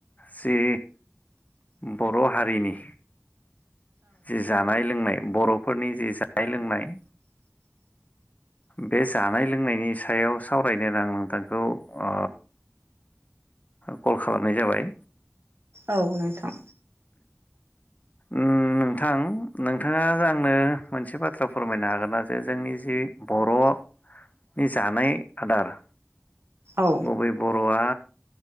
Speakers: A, on the left (about 35°); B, on the right (about 65°).
A: जि बर' हारिनि जि जानाय लोंनाय बर' फोरनि जि जानाय लोंनाय बे जानाय लोंनायनि सायाव सावरायनोनो आं नोंथांखौ ओ कल खालामनाय जाबाय
B: औ नोंथां
A: उम नोंथां नोंथाङा आंनो मोनसे बाथ्रा फोरमायनो हागोन ना जे जोंनि जि बर'नि जानाय आदार
B: औ
A: गुबै बर'आ